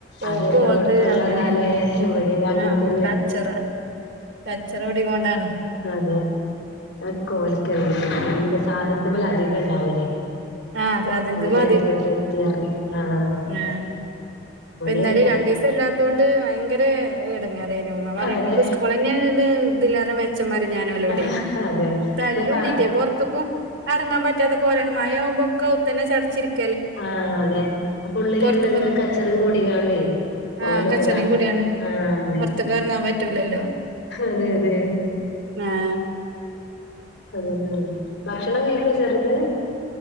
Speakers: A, on the left (about 70°); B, on the right (about 70°).
A: അതെല്ലോടത്തും
B: ഓക്ക് ഓൾത്
A: ഉള്ളതാല്ലേ
B: അങ്ങനെ
A: ഇവിടേം അങ്ങനെ
B: ആ
A: തന്നെ
B: കച്ചറ കച്ചറ പിടി കൊണ്ടാണ്
A: അ ആ കോല <unintelligible> എന്റെ സാധനത്തെ മേലെ അധികം ഇണ്ടാല്
B: ആഹ് സാധനത്തിന്
A: ഓരടുത്തു ഓരടുത്ത് <unintelligible> ആഹ് അതെ
B: ആ ഇപ്പൊ ഇന്നലെ
A: ഇവിടേം അതുപോലെ
B: രണ്ടീസം
A: തന്നെ
B: ഇല്ലാത്ത കൊണ്ട് ഭയങ്കര ഇടങ്ങറായ്നു <unintelligible>
A: അതെ
B: ങ്ങക്ക് സ്കൂൾ തന്നെയ ഇതിലാര മെച്ചം പറ ഞാനലോടെ
A: ആഹ് അതെ
B: തല്ലൂടിട്ടേ
A: ഇതൊക്കെ
B: പൊറത്തേക്കും ഇറങ്ങാൻ പറ്റ പറ്റാത്തെ കോലാണ് മയ ആകുമ്പോക്കെ ഉത്തന്നെ ചടച്ചിരിക്കും
A: ആഹ് അതെ അപ്പൊള്ളില
B: പൊറത്ത്ക്കൊന്നും
A: ഇരുന്നെങ്ങ്
B: പോ
A: കച്ചറെം കൂടികാണ്ടേ
B: ആഹ്
A: ഓലോ
B: കച്ചറയും
A: രാ
B: കൂടിയാണ്ട്
A: ആഹ്
B: പൊറത്ത്ക്ക് എറങ്ങാൻ പറ്റൂലല്ലോ.
A: അതെ അതെ അതെ
B: ആഹ്
A: അതന്നെയല്ല ഭക്ഷണം കഴിക്കൊ ചെറുത്